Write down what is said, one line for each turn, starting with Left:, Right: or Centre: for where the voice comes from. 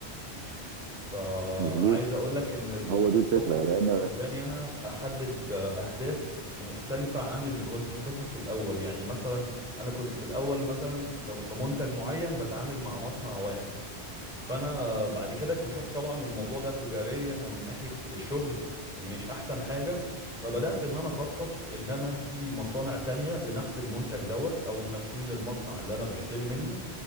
Centre: فعايز
Right: مظبوط
Centre: اقولك ان الموضوع
Right: هو دي الفكره لان
Centre: خلاني انا احدد اهداف مختلفة عن اللي كنت حاططها في الاول يعني مثلا انا كنت في الاول مثلا ف- في منتج معين بتعامل مع مصنع واحد فانا بعد كده اكتشفت طبعا الموضوع ده تجاريا ومن ناحية الشغل مش احسن حاجة فبدأت ان انا اخطط ان انا في مصانع تانية لنفس المنتج دوت او منافسين للمصنع اللي انا بشتري منه